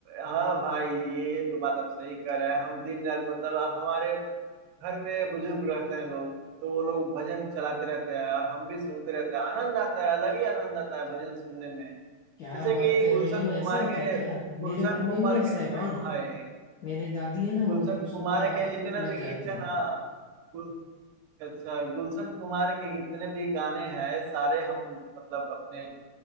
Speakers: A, on the right; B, on the left.
A: हाँ भाई ये तो बात आप सही कर रहे हैं हम दिन रात मतलब आप हमारे घर में बुजुर्ग रहते हैं लोग तो वो लोग भजन चलाते रहते हैं और हम भी सुनते रहते हैं आनंद आता है अलग ही आनंद आता है भजन सुनने में
B: क्या
A: जैसे
B: बात
A: कि
B: कर
A: गुलशन
B: रहे हो
A: कुमार
B: ऐसा होता
A: के
B: है क्या
A: गुलशन
B: मेरे घर
A: कुमार
B: में भी ऐसा
A: के
B: है
A: हाँ
B: भाई
A: भाई
B: मेरे दादी है ना वो
A: गुलशन
B: रोज
A: कुमार
B: सुबह
A: के जितने भी
B: लग जाते
A: गीत है
B: हैं
A: ना गुल- अच्छा गुलशन कुमार के जितने भी गाने हैं सारे हम मतलब अपने